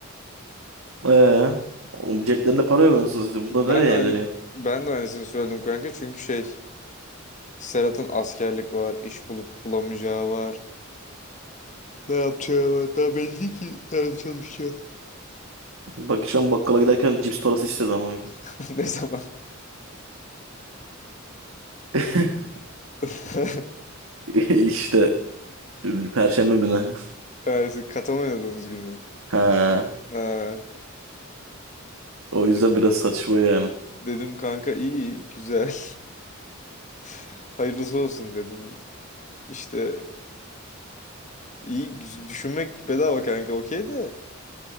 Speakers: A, on the right (about 75°); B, on the left (about 35°).
A: Eee? <laughs> Oğlum ceplerinde para yok. Nasıl?
B: Ben
A: Bunlar nereye
B: de aynı,
A: evleniyor?
B: ben de aynısını söyledim kanka çünkü şey Serhat'ın askerlik var, iş bulup bulamayacağı var. Ne yapacağı var. Daha belli değil ki nerede çalışacağı.
A: Bak geçen bakkala giderken cips parası istedi ama.
B: <laughs> Ne zaman?
A: <laughs>
B: <laughs>
A: İşte Perşembe günü.
B: Yani siz katan oynadığınız gün mü?
A: Ha,
B: Ha.
A: o yüzden
B: De-
A: biraz saçma yani.
B: dedim kanka iyi iyi, güzel. <laughs> Hayırlısı olsun dedim. İşte iyi güz- düşünmek bedava kanka okey de.